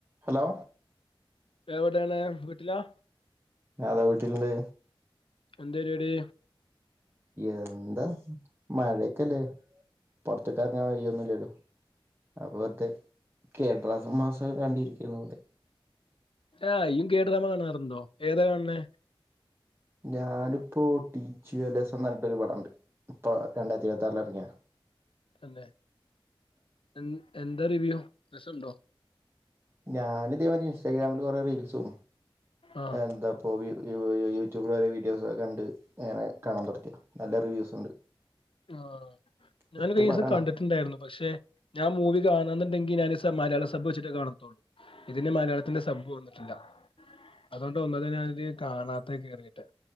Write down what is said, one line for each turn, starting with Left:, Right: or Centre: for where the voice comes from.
Right: Hello
Left: എവ്ടേണ് വീട്ടിലാ
Right: ഞാതാ വീട്ടിലുണ്ട്
Left: എന്തേ രിവാടി..
Right: എന്താ മഴേക്കല്ലേ. പൊറത്തെക്കെറങ്ങാ വഴിയൊന്നുല്ലല്ലൊ അപ്പ അതെ കേരള മാസം കണ്ടിരിക്കാരുന്നു ഇവിടെ <unintelligible>
Left: ആഹ് ഇയ്യും കേട്ടരാമ കാണാറുണ്ടൊ ഏതാ കാണ് ണേ
Right: ഞാനിപ്പൊ ടീച്ചു അലേസ എന്നൊ രുപടണ്ട് ഇപ്പൊ രണ്ടായിരത്തി ഇരുപത്താ റിലെറങ്ങിയാ.
Left: തന്നേ എ എന്താ റിവ്യൂ രസണ്ടൊ?
Right: ഞാനിതേമാരി ഇൻസ്റ്റാഗ്രാമില് കൊറേ റീൽസും
Left: ആഹ്
Right: എന്താ അപ്പോ യൂ യൂട്യൂബിൽ വേറെ വീഡിയോസ് കണ്ട് ഇങ്ങനെ കാണാ പ്രൊട്ടക്റ്റീവ് നല്ല റിവ്യൂസ് ഉണ്ട്.
Left: ആഹ് ഞാനൊരീസം
Right: സെറ്റ് പടാണ്
Left: കണ്ട് ട്ട്ണ്ടായിരുന്നു പക്ഷെ ഞാൻ മൂവി കാണോന്നുണ്ടെങ്കി ഞാനീ മലയാള സബ് വെച്ചിട്ടേ കാണത്തൊള്ളൂ. ഇതിന് മലയാളത്തിന്റെ സബ്ബ്‌ വന്നിട്ടില്ല അതോണ്ട ഒന്നാത് ഞാനിത് കാണാത്ത കേറീട്ട്